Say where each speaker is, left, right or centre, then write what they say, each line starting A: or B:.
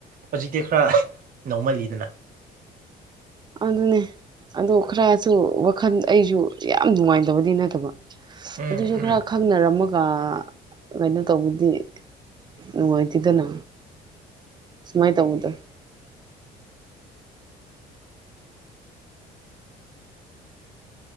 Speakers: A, on the right (about 55°); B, on the right (about 25°).
A: ꯍꯧꯖꯤꯛꯇꯤ ꯈꯔ ꯅꯧꯃꯜꯂꯤꯗꯅ
B: ꯑꯗꯨꯅꯦ ꯑꯗꯣ ꯈꯔꯁꯨ ꯋꯥꯈꯜ ꯑꯩꯁꯨ ꯌꯥꯝ ꯅꯨꯡꯉꯥꯏꯇꯕꯗꯤ ꯅꯠꯇꯕ
A: ꯎꯝ
B: ꯑꯗꯨꯏꯁꯨ
A: ꯎꯝ
B: ꯈꯔ ꯈꯪꯅꯔꯝꯃ ꯒ ꯀꯩꯅꯣ ꯇꯧꯕꯗꯤ ꯅꯨꯡꯉꯥꯏꯇꯦꯗꯅ ꯁꯨꯃꯥꯏ ꯇꯧꯕꯗ‌ꯣ